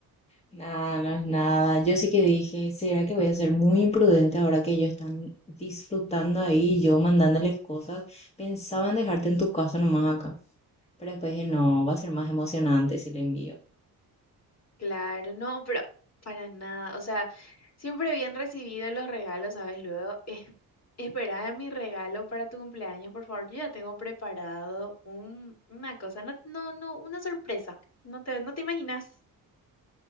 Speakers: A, on the left; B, on the left.
A: Nada, no es nada. Yo sí que dije, ¿será que voy a ser muy imprudente ahora que ellos están disfrutando ahí y yo mandándoles cosas? Pensaba en dejarte en tu casa nomás acá. Pero después dije, no, va a ser más emocionante si le envío.
B: Claro, no, pero para nada. O sea, siempre bien recibido los regalos, ¿sabes? Luego, eh, espera mi regalo para tu cumpleaños, por favor. Yo ya tengo preparado un, una cosa, no, no, no, una sorpresa. No te, no te imaginas.